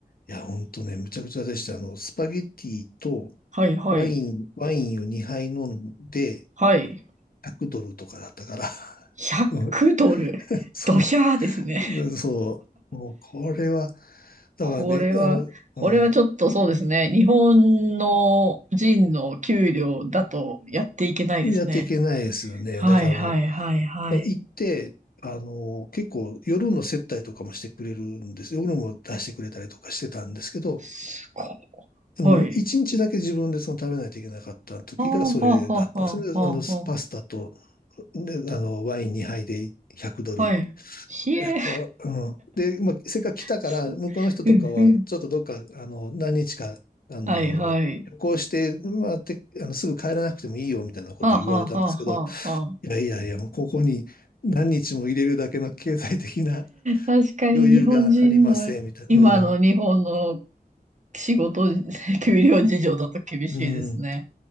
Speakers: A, on the left; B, on the right.
A: いや、ほんとね、むちゃくちゃでした。あの、スパゲッティと
B: はい、はい、
A: ワイン、ワインを2杯飲んで、100ドルとかだったから。
B: はい。
A: <laughs>
B: 100ドル。
A: うん。そ
B: ドヒャーですね。
A: う。でそう。もう、これは、だからね、
B: これは、
A: あの、
B: これはちょっとそうですね。
A: うん
B: 日本の人の給料だとやっていけないですね。
A: やっていけないですよね。
B: はいはいはいはい。
A: だからもう、行って、あの、結構夜の接待とかもしてくれるんです夜も出してくれたりとかしてたんですけど、
B: すご
A: うん、一日だけ自分でその食べないといけなかった時がそれだったんですね。
B: い。はあはあはあはあはあは
A: あの、パスタと、で、あの、ワイン2杯で100ドル。
B: あ。はい。ひえ。
A: え、これ、うん。で、まあ、せっかく来たから、
B: す
A: 向こうの人とかは、
B: うんうん。
A: ちょっとどっか、あの、何日か、あの、
B: はいはい。
A: 旅行して、まあ、て、あの、すぐ帰らなくてもいいよ、みたいなことを言われたんですけど、
B: はあはあはあはあはあ。
A: いやいやいや、もうここに何日も入れるだけの経済的な
B: 確かに日本人の、
A: 余裕がありません、みたいな。
B: 今の日本の
A: うん。
B: 仕事、<laughs> 給料事情だと厳しいですね。
A: うん。